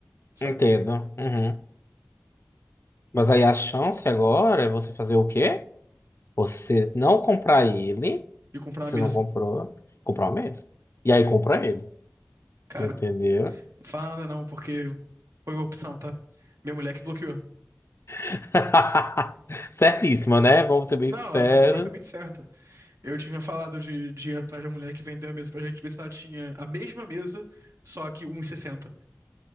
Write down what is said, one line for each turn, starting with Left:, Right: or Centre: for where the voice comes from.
Right: sabe?
Left: entendo. Uhum. Mas aí a chance agora é você fazer o quê? Você não comprar ele.
Right: E comprar
Left: Você
Right: a mesa.
Left: não comprou. Comprar o mesmo. E aí compra ele.
Right: Cara,
Left: Entendeu?
Right: não fala nada não, porque foi uma opção, tá? Minha mulher que bloqueou.
Left: <laughs> Certíssima, né? Vamos ser bem
Right: Não,
Left: sinceros.
Right: ela tá completamente certa. Eu tinha falado de, de ir atrás da mulher que vendeu a mesa pra gente ver se ela tinha a mesma mesa, só que 1,60.